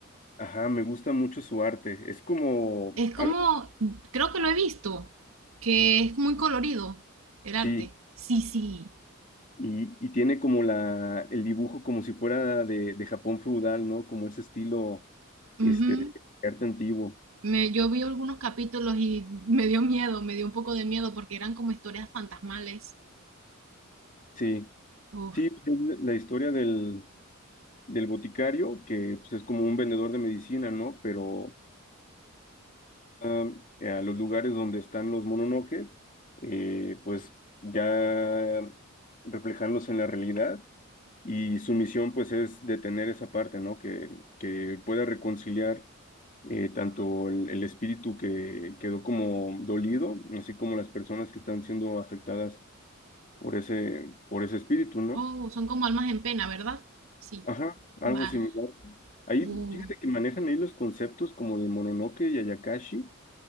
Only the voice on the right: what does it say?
Es como,
creo que lo he visto, que es muy colorido el arte.
Sí, sí.
Ujú.
Me, yo vi algunos capítulos y me dio miedo, me dio un poco de miedo porque eran como historias fantasmales.
Uf,
oh, son como almas en pena, ¿verdad? Sí.
Va.
Uh.